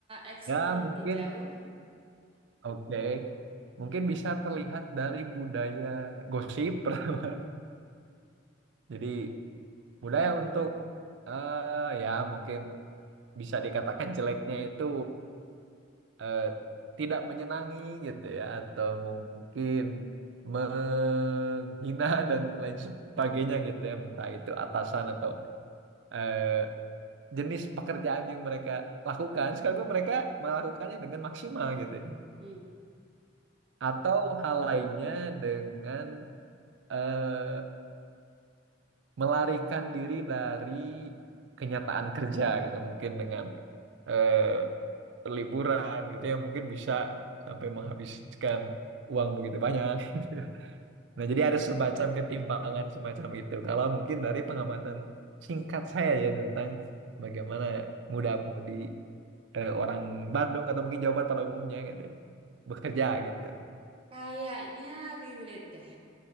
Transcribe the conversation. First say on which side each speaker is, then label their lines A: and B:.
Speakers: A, on the right; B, on the right.
A: eksplor
B: Ya,
A: lebih
B: mungkin
A: jauh?
B: oke. Mungkin bisa terlihat dari budaya gosip <laughs> pertama Jadi budaya untuk eh ya mungkin bisa dikatakan jeleknya itu eh, tidak menyenangi gitu ya atau mungkin menghina dan lain sebagainya gitu ya entah itu atasan atau eh, jenis pekerjaan yang mereka lakukan sekalipun mereka melakukannya dengan maksimal gitu ya
A: Hmm.
B: atau hal lainnya dengan eh, melarikan diri dari kenyataan kerja gitu mungkin dengan eh, perliburan gitu yang mungkin bisa sampai menghabiskan uang begitu banyak. <laughs> Nah, jadi ada semacam ketimpangan semacam itu. Kalau mungkin dari pengamatan singkat saya ya tentang bagaimana muda-mudi eh, orang Bandung atau mungkin Jawa Barat pada umumnya gitu ya, bekerja gitu.
A: Kayaknya relate deh.